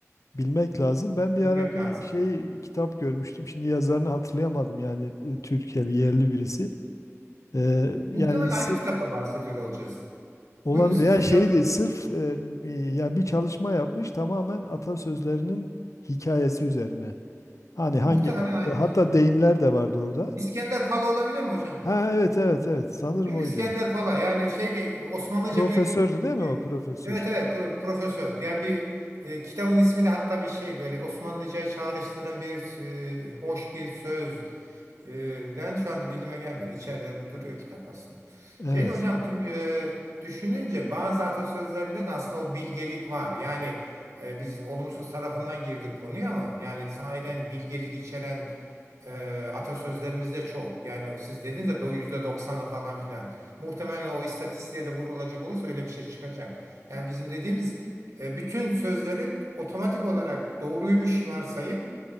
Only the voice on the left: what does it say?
Bilmek lazım. Ben bir
ara
bir şey kitap görmüştüm. Şimdi yazarını hatırlayamadım yani e, Türkiye'li yerli birisi. Ee, yani
sırf
olabilir.
Yani şey
değil, sırf e, bir- yani bir çalışma yapmış tamamen atasözlerinin hikayesi üzerine. Hani hangi
hatta
deyimler de vardı orada.
Ha evet evet evet sanırım
oydu.
Profesördü
değil mi
o profesör?
Evet.